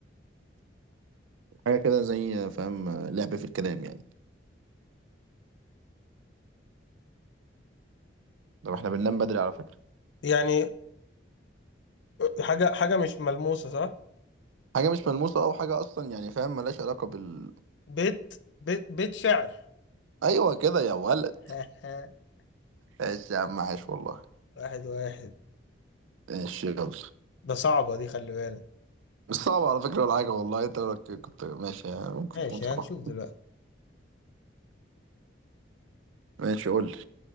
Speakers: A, on the right; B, on the left.
A: حاجه كده زي فاهم لعب في الكلام يعني طب احنا بننام بدري على فكره
B: يعني حاجة حاجة مش ملموسة صح
A: حاجه مش ملموسه او حاجه اصلا يعني فاهم ملهاش علاقه بال
B: بيت بيت بيت شعر
A: ايوه كده يا ولد
B: <laughs>
A: ماشي يا عم عاش والله
B: واحد واحد
A: ماشي يلا
B: ده صعبة دي خلي بالك
A: مش صعبه على فكره ولا حاجه والله انت لو كنت ماشي يعني ممكن
B: ماشي
A: تكون صعبه
B: هنشوف دلوقتي
A: ماشي قول لي